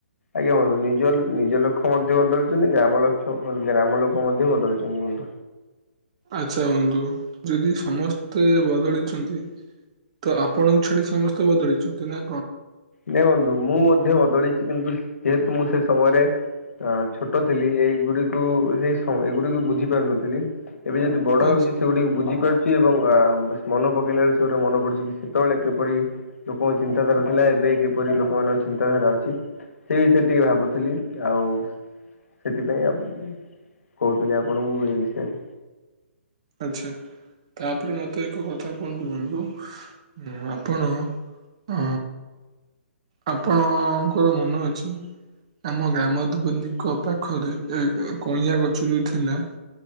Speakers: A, on the left; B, on the right.
A: ଆଜ୍ଞା ବନ୍ତୁ ନିଜ ନିଜ ଲକ୍ଷ ମଧ୍ୟ ବଦଳିଛନ୍ତି ଗ୍ରାମ ଲକ୍ଷ ଗ୍ରାମ ଲୋକ ମଧ୍ୟ ବଦଳିଛନ୍ତି। ବନ୍ଧୁ।
B: ଆଚ୍ଛା ହୁଅନ୍ତୁ ଯଦି ସମସ୍ତେ ବଦଳିଛନ୍ତି ତ ଆପଣଙ୍କୁ ଛାଡି ସମସ୍ତେ ବଦଳିଛନ୍ତି ନା
A: ନାଇଁ ବନ୍ଧୁ ମୁଁ ମଧ୍ୟ ବଦଳିଛି କିନ୍ତୁ ଯେହେତୁ ମୁଁ ସେ ସମୟରେ ଅ ଛୋଟ ଥିଲି ଏଗୁଡିକୁ ସେଇ ଏଗୁଡିକୁ ବୁଝି ପାରୁନଥିଲି ଏବେ ଯଦି ବଡ
B: ଆଚ୍ଛା
A: ହୋଉଚି ସେଗୁଡିକୁ ବୁଝିପାରୁଚି ଏବଂ ବା ମନ ପକେଇଲା ବେଳେ ସେ ଗୋଟେ ମନ ପଡୁଚି କି ସେତେବେଳେ କିପରି ଲୋକଙ୍କ ଚିନ୍ତାଧାରା ଥିଲା ଏବେ କିପରି ଲୋକମାନଙ୍କ ଚିନ୍ତାଧାରା ଅଛି ସେ ବି ଟିକେ ଭାବୁଥିଲି ଆଉ ସେଥିପାଇଁ ଆପ୍ କହୁଥିଲି ଆପଣଙ୍କୁ ଏଇ ବିଷୟରେ।
B: ଆଚ୍ଛା। ତାପରେ ମତେ ଏକ କଥା କୁହନ୍ତୁ ବନ୍ଧୁ ଉ ଆପଣ ଅ, ଆପଣଙ୍କର ମନ ଅଛି ଆମ ଗ୍ରାମଦେବତୀ ଙ୍କ ପାଖରେ ଏ କଇଁଆ ଗଛ ଯୋଉ ଥିଲା